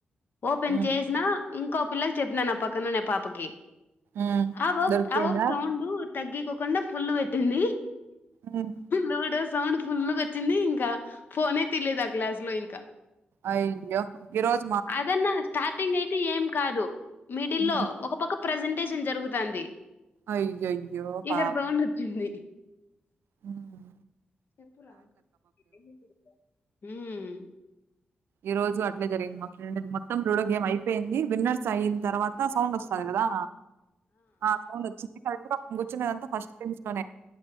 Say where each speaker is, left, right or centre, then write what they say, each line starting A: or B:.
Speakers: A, on the left (about 60°); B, on the right (about 85°).
A: ఓపెన్
B: ఉమ్
A: చేసినా ఇంకో పిల్లకి చెప్పినాను నా పక్కన నే పాపకి
B: ఉమ్
A: ఆ ఓ
B: దొరికిందా
A: ఆ సౌండు తగ్గికోకుండ ఫుల్ పెట్టింది
B: ఉమ్
A: నోడస్ సౌండ్ ఫుల్లు గ వచ్చింది ఇంక ఫోనే తీయలేద క్లాస్ లో ఇంకా
B: అయ్యో గిరోజు
A: అదన్నా స్టార్టింగ్ అయితే ఏం కాదు మిడిల్
B: ఉమ్
A: లో ఒక పక్క ప్రజెంటేషన్ జరుగుతాంది
B: అయ్యయ్యో పాపం
A: ఇక్కడ సౌండ్ వచ్చింది
B: హ్మ్
A: చెప్పు రా <inaudible> హ్మ్
B: ఈ రోజు అటు జరిగిందమ్మ మొత్తం పోడో గేమ్ అయిపేయింది విన్నర్ స్ ఫిక్స్ అయిన తర్వాత సౌండ్ వస్తది గదా ఆ సౌండ్ వచ్చింది ఆ కాకపోతే నేను కూర్చుంది ఫస్ట్ బేంచేసిలో